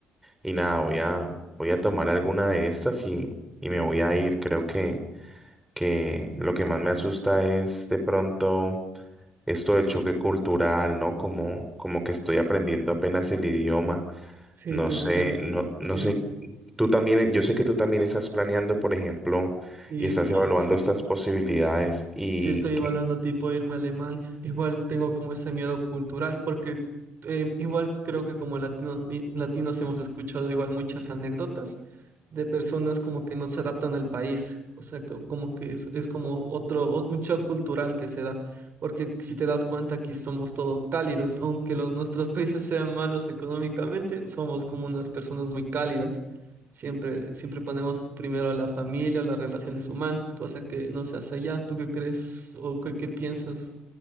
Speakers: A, in the centre; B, on the right.
A: y nada, voy a, voy a tomar alguna de estas y, y me voy a ir. Creo que que lo que más me asusta es de pronto esto del choque cultural, ¿no? Como, como que estoy aprendiendo apenas el idioma.
B: Sí,
A: No
B: te
A: sé,
B: entiendo.
A: no, no
B: Sí.
A: sé, tú también, yo sé que tú también estás planeando, por ejemplo,
B: Y
A: y estás
B: yo
A: evaluando
B: sí.
A: estas posibilidades y
B: Sí, estoy evaluando tipo irme a Alemania. Igual tengo como ese miedo cultural porque eh, igual creo que como latino- i- latinos hemos escuchado igual muchas anécdotas de personas como que no se adaptan al país. O sea, co- como que es, es como otro, o- un shock cultural que se da, porque si te das cuenta, aquí somos todo cálidos, aunque los, nuestros países sean malos económicamente, somos como unas personas muy cálidas. Siempre, siempre ponemos primero a la familia, las relaciones humanas, cosa que no se hace allá. ¿Tú qué crees o qué, qué piensas?